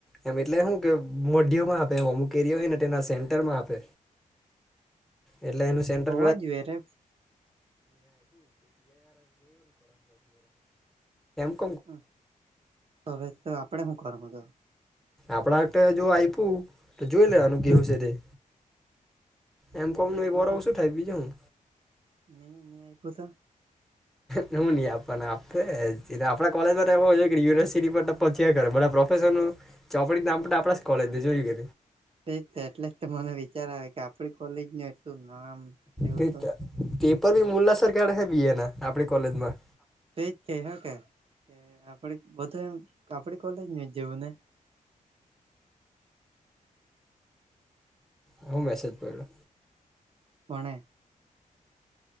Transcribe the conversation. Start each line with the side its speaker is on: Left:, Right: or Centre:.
Centre: એમ એટલે શું કે મોઢિમાં આપે એમ અમુક એરિયા હોયને તેના સેન્ટરમાં આપે એટલે એનું સેન્ટર
Right: હોવા જોઈએ રે
Centre: <inaudible> <inaudible>
Right: હમ હવે તો આપડે શું કરવાનુ હતો
Centre: આપણા જો આપ્યું તો જોઈ લેવાનું કેવું છે તે એમ કોમનું
Right: નહી આપ્યું
Centre: એક વારહ
Right: તો
Centre: ઓછુ થાય બીજું શુ.
Right: <inaudible>
Centre: હું નહિ આપ આપે આપણા કોલેજ માટેય યુનિવર્સિટી પર પછી કરે બા પ્રોફેશર નું ચોપડી ના આપડા કોલેજ જોઈ કે
Right: તેજ તો એટલે જ તો મને વિચાર આવે કે આપડી કોલેજનુ એટલું નામ એવું
Centre: પેપર
Right: તો
Centre: બી મુલ્લા સર કાઢહે બી એ ના આપણી કોલેજમાં.
Right: તો એજ કેય હકે કે આપડ બધું એમ આપડી કોલેજ નું જ જેવું ને.
Centre: હું મેસેજ પયડો.
Right: પણે.